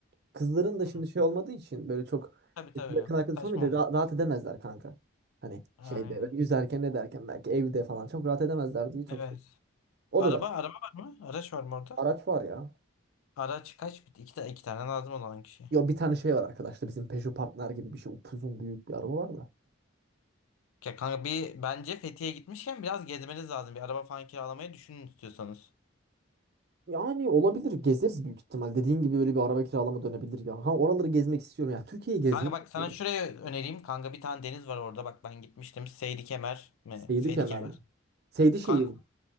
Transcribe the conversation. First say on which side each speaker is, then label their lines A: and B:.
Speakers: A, on the right; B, on the left.
A: Kızların da
B: Hı.
A: şimdi şey olmadığı için böyle çok
B: Tabii tabii.
A: yakın arkadaş
B: Saçma
A: olmayınca ra-
B: olur.
A: rahat edemezler kanka. Hani
B: Aynen.
A: şeyde böyle yüzerken ne derken belki evde falan çok rahat edemezler diye çok
B: Evet.
A: şey. O
B: Araba
A: da zaten
B: araba var mı? Araç var mı orada?
A: araç var ya.
B: Araç kaç? İki, ta- iki tane lazım olan kişi.
A: Yo bir tane şey var arkadaşlar bizim Peugeot Partner gibi bir şey upuzun büyük bir araba var da.
B: Ya kanka bir bence Fethiye'ye gitmişken biraz gezmeniz lazım. Bir araba falan kiralamayı düşünün istiyorsanız.
A: Yani olabilir gezeriz büyük ihtimal. Dediğin gibi böyle bir araba kiralama dönebilir ya. Ha oraları gezmek istiyorum ya. Türkiye'yi gezmek
B: Kanka bak
A: istiyorum.
B: sana şuraya önereyim. Kanka bir tane deniz var orada. Bak ben gitmiştim. Seydi Kemer mi?
A: Seydi
B: Seydi
A: Kemer
B: Kemer.
A: mi? Seydi şehir.
B: Kanka